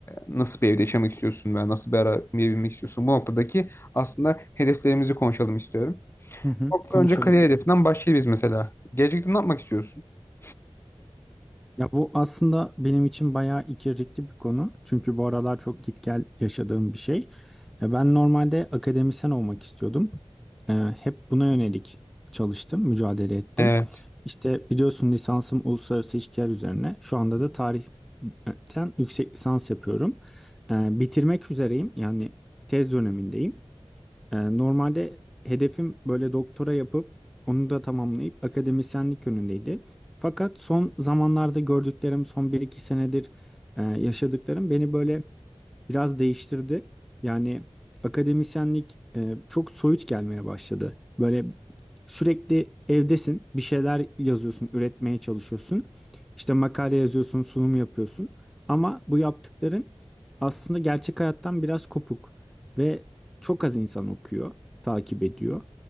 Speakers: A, on the left; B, in the centre.
A: nasıl bir evde yaşamak istiyorsun veya nasıl bir arabaya binmek istiyorsun bu noktadaki aslında hedeflerimizi konuşalım istiyorum.
B: Hı hı,
A: Bu noktada
B: konuşalım.
A: önce kariyer hedefinden başlayalım biz mesela. Gelecekte ne yapmak istiyorsun? <clears throat>
B: Ya bu aslında benim için bayağı ikircikli bir konu. Çünkü bu aralar çok git gel yaşadığım bir şey. Ya ben normalde akademisyen olmak istiyordum. Ee, hep buna yönelik çalıştım, mücadele ettim.
A: Evet.
B: İşte biliyorsun lisansım uluslararası ilişkiler üzerine. Şu anda da tarihten yüksek lisans yapıyorum. Ee, bitirmek üzereyim. Yani tez dönemindeyim. Ee, normalde hedefim böyle doktora yapıp onu da tamamlayıp akademisyenlik yönündeydi. Fakat son zamanlarda gördüklerim, son bir iki senedir e, yaşadıklarım beni böyle biraz değiştirdi. Yani akademisyenlik e, çok soyut gelmeye başladı. Böyle sürekli evdesin, bir şeyler yazıyorsun, üretmeye çalışıyorsun. İşte makale yazıyorsun, sunum yapıyorsun. Ama bu yaptıkların aslında gerçek hayattan biraz kopuk ve çok az insan okuyor, takip ediyor.